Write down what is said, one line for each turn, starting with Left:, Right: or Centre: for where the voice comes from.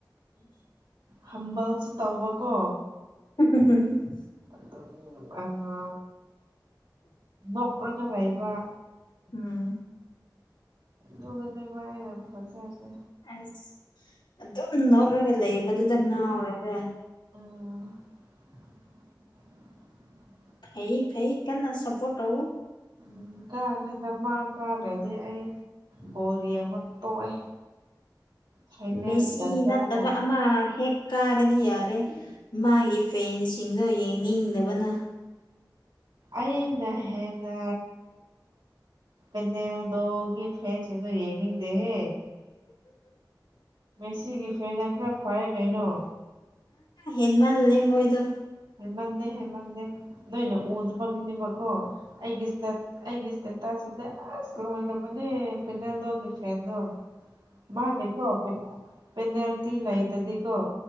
Left: <inaudible>
Right: ꯍꯝꯕꯜꯁꯨ ꯇꯧꯕꯀꯣ
Left: <unintelligible>
Right: ꯑꯗꯨꯝ ꯑꯉꯥ ꯅꯣꯛꯔꯒ ꯂꯩꯕ
Left: ꯎꯝ
Right: ꯗꯨꯒꯤꯅꯤꯕ ꯑꯩꯅ ꯐꯖꯔꯤꯁꯦ꯫
Left: ꯑꯁ ꯑꯗꯨꯝ ꯅꯣꯛꯔꯒ ꯂꯩꯕꯗꯨꯗ ꯉꯥꯎꯔꯕ꯭ꯔꯥ?
Right: ꯑꯣ
Left: ꯐꯩ ꯐꯩ ꯀꯟ ꯅ ꯁꯄꯣꯠ ꯇꯧ
Right: ꯎꯝ ꯀꯥꯟꯅꯤꯅ ꯃꯥ ꯀꯥꯥꯗꯗꯤ ꯑꯩ ꯕꯣꯜ ꯌꯦꯡꯕ ꯇꯣꯛꯑꯦ ꯐꯥꯏꯅꯦꯜ
Left: ꯃꯦꯁꯤ
Right: ꯗꯔꯀꯥꯔ
Left: ꯅꯠꯇꯕ
Right: ꯇꯥꯗꯦ
Left: ꯑꯃ ꯍꯦꯛ ꯀꯥꯔꯗꯤ ꯌꯥꯔꯦ ꯃꯥꯒꯤ ꯐꯦꯟꯁꯤꯡꯗꯣ ꯌꯦꯡꯅꯤꯡꯗꯕꯅ
Right: ꯑꯩꯅ ꯍꯦꯟꯅ ꯄꯦꯅꯦꯜꯗꯣꯒꯤ ꯐꯦꯟꯁꯤꯡꯗꯣ ꯌꯦꯡꯅꯤꯡꯗꯦꯍꯦ ꯃꯦꯁꯤꯒꯤ ꯐꯦꯟꯅ ꯈꯔ ꯐꯩꯌꯦ ꯀꯩꯅꯣ
Left: ꯍꯦꯟꯃꯟꯂꯦ ꯃꯣꯏꯗꯣ
Right: ꯍꯦꯟꯃꯟꯗꯦ ꯍꯦꯟꯃꯟꯗꯦ ꯅꯣꯏꯅ ꯎꯗꯕꯒꯤꯅꯦꯕꯀꯣ ꯑꯩꯒꯤ ꯁ꯭ꯇꯠ ꯑꯩꯒꯤ ꯁ꯭ꯇꯦꯇꯥꯁꯇꯗꯤ ꯑꯁ ꯂꯣꯏꯔꯕꯅꯦ ꯄꯦꯅꯦꯜꯗꯣꯒꯤ ꯐꯦꯟꯗꯣ ꯃꯥꯗꯤꯀꯣ ꯄꯦꯅꯦꯜꯇꯤ ꯂꯩꯇꯗꯤꯀꯣ